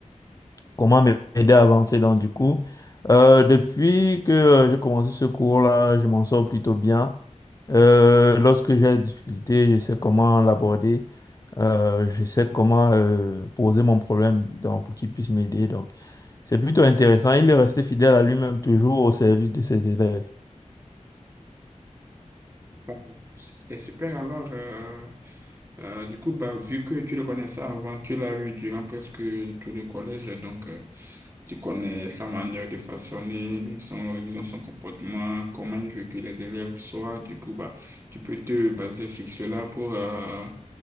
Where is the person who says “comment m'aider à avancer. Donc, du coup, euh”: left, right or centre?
Left